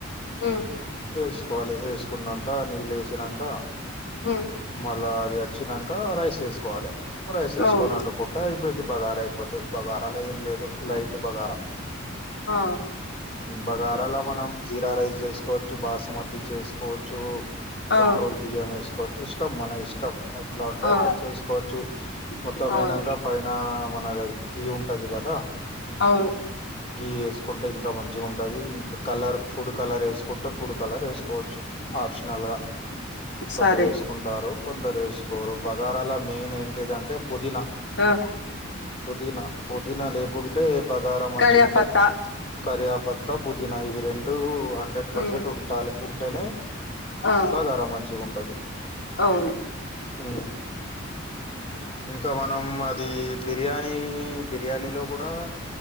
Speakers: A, on the left; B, on the left.
A: ఉమ్
B: ఏస్ కోవాలి వేసుకున్నంత నీళ్ళ వేసినాక
A: ఉ
B: మళ్ళా అది వచ్చినాక రైస్ వేసుకోవాలి రైస్ వేసుకొని
A: అవును
B: అండు కుండా అయిపోయింది బగారా అయిపోతది బగారాలో ఏం లేదు లైట్ బగారా
A: ఆ
B: బగారాలో మనం జీరా రైస్ చేసుకోవచ్చు బాస్మతి చేసుకోవచ్చు కంట్రోల్
A: ఆ
B: బియ్యం వేసుకోవచ్చు ఇష్టం మన ఇష్టం ఎట్లా ఉంటే
A: ఆ
B: అట్లా చేసుకోవచ్చు మొత్తం
A: అవును
B: ఐనాకా పైన మనది అది గీ ఉంటది కదా
A: అవును
B: గి వేసుకుంటే ఇంకా మంచిగా ఉంటది ఇంకా కలర్ ఫుడ్ కలర్ వేసుకుంటే ఫుడ్ కలర్ వేసుకు కోవచ్చు ఆప్షనల్ గా
A: సరే
B: కొందరేసు కుంటారు కొందరు వేసుకోరు బగారాల మెయిన్ ఏంటిదంటే పుదీనా
A: ఆ
B: పుదీనా పుదీనా లేకుంటే బగారా మంచిగా
A: కరియాపత్తా
B: ఉండదు కరియాభత్త పుదీనా ఇవి రెండు హండ్రెడ్ పర్సెంట్
A: ఉమ్
B: ఉంటాలి ఉంటేనే
A: ఆ
B: బగార మంచిగ ఉంటది
A: అవును
B: ఊ ఇంకా మనం అది బిర్యానీ బిర్యానీలో కూడా